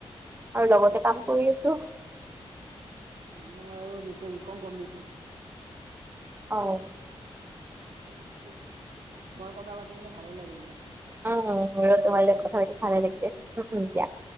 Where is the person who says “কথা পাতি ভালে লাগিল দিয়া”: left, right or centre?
Right